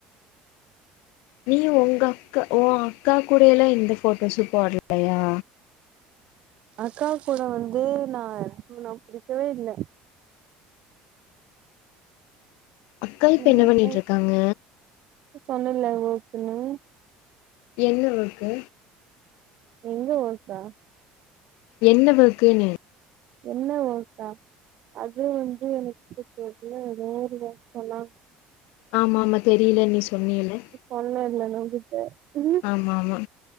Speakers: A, on the left; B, on the right.
A: நீ உங்க அக்கா உ அக்கா கூட எல்லாம் எந்த போட்டோஸ் போடலையா
B: அக்கா கூட வந்து நா ந புடிக்கவே இல்ல
A: அக்கா இப்ப
B: நீங்க
A: என்ன
B: அக்கா
A: பண்ணிட்டு இருக்காங்க
B: சொன்னல ஒர்க்குனு
A: என்ன ஒர்க்கு
B: எங்க ஒர்க்கா
A: என்ன ஒர்க்குன்னே
B: என்ன ஒர்க்கா அது வந்து எனக்கு தெரில ஏதோ ஒரு ஒர்க் சொன்னாங்க
A: ஆமா ஆமா தெரில நீ சொன்னில
B: சொன்னேன் இல்ல உன்கிட்ட உ
A: ஆமா ஆமா